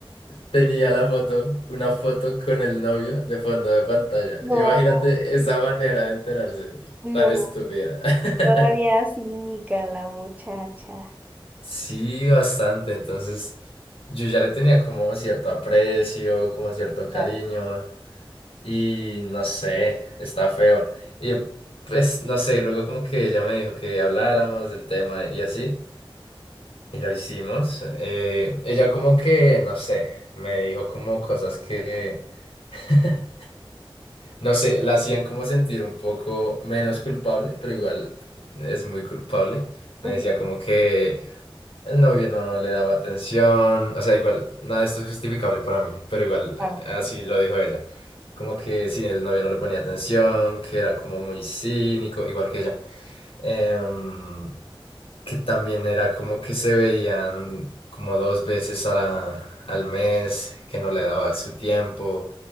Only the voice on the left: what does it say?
Tenía la foto, una foto con el novio de fondo de pantalla.
Imagínate esa manera de enterarse,
tan estúpida. <laughs>
Sí, bastante. Entonces, yo ya le tenía como cierto aprecio, como cierto
cariño, y no sé, está feo. Y pues, no sé, luego como que ella me dijo que habláramos del tema y así, y lo hicimos. Eh, ella como que, no sé, me dijo como cosas que <laughs> No sé, la hacían como sentir un poco menos culpable, pero igual es muy culpable.
Me decía como que el novio no le daba atención, o sea, igual, nada de esto es justificable para mí, pero igual,
así lo dijo ella. Como que sí, el novio no le ponía atención, que era como muy cínico, igual que ella. Em, que también era como que se veían como dos veces a la- al mes, que no le daba su tiempo,